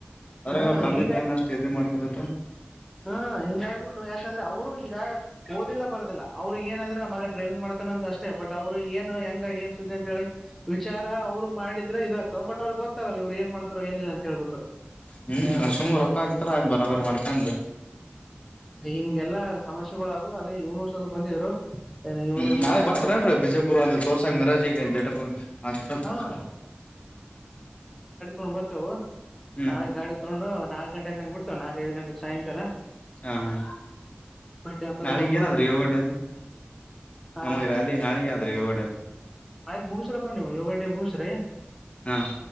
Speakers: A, on the left (about 35°); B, in the centre.
A: ಅದ್ರಾಗ
B: ಹಾ
A: ಅವರು ತಂದೆ
B: ಈ
A: ತಾಯಿನ ಅಷ್ಟ್ ಇದ ಮಾಡ್ಕದಲ್ರಿ
B: ಹಾ ಹಿಂಗಾಗಬಿಟ್ಟು ಯಾಕಂದ್ರೆ ಅವರು ಈಗ ಓದಿಲ್ಲ ಬರದಿಲ್ಲ ಅವರು ಏನಂದ್ರೆ ನ ಮಗಾಗ ಡ್ರೈವಿಂಗ್ ಮಾಡ್ತಾನಂತ ಅಷ್ಟೇ ಬಟ್ ಅವ್ರು ಏನು ಹೆಂಗ ಏನ್ ಸುದ್ದಿ ಅಂತ ಹೇಳಿ ವಿಚಾರ ಅವ್ರು ಮಾಡಿದ್ರೆ ಇದಾಗ್ತದೆ ಬಟ್ ಅವ್ರಿಗೆ ಗೊತ್ತಾಗಲ್ಲ ಇವ್ರ್ ಏನು ಮಾಡ್ತಾರೆ ಏನಿಲ್ಲ ಅಂತ್ ಹೇಳ್ಬಿಟ್ಟು
A: ಹ್ಮ
B: ಏನಪ್ಪ
A: ನರಸಿಂಹ ಅವ್ರ್ ಅಕ್ಕ ಎತ್ರ ಬರ ಬರ ಮಾಡಿಕಂದ
B: ಹಿಂಗೆಲ್ಲಾ ಸಮಸ್ಯೆಗಳ ಅದ್ವು ಅದೇ ಇವ್ನಸ ಅದು ಬಂದಿದ್ರು ಏನು ಇವನು
A: ಹ್ಮ್ ನಾಳೆ
B: ಸಹ
A: ಬರ್ತಾರೇನ್ರೀ
B: ಅವ್ರು ಸಹ
A: ಬಿಜಾಪುರ್ ಅ ತೋರ್ಸಕ್ ಮಿರಾಜಿಗೆ ಜಟಪು ಹಾಸ್ಪಿಟಲ್ ತೋರ್ಸ
B: ಹಾ ಹು ಬರ್ತೇವು
A: ಹ್ಮ್
B: ನಾಳೆ ಗಾಡಿ ತಗೊಂಡು ನಾಕ್ ಗಂಟೆಗ್ ಹಂಗ್ ಬಿಡ್ತಿವ್ ನಾಕ್ ಐದು ಗಂಟೆಗ್ ಸಾಯಂಕಾಲ
A: ಹಾ ಹಾ
B: ಬಂದ್ರೆ
A: ನಾಳಿಗ್
B: ಒಂದ ತೊಂಡ್ರಿ
A: ಏನಾದ್ರಿ
B: ಆಯ್
A: ಯೋಗ ಡೇ ಅದು
B: ಹ
A: ನಮಗ್ ರ್ಯಾಲಿ ನಾಳಿಗೆ ಆದ್ರಿ ಯೋಗ ಡೇ
B: ಆಯ್ತು ಮುಗಸ್ರಪ್ಪ ನೀವು ಯೋಗಟೆ ಮುಗಸ್ರಿ
A: ಹಾ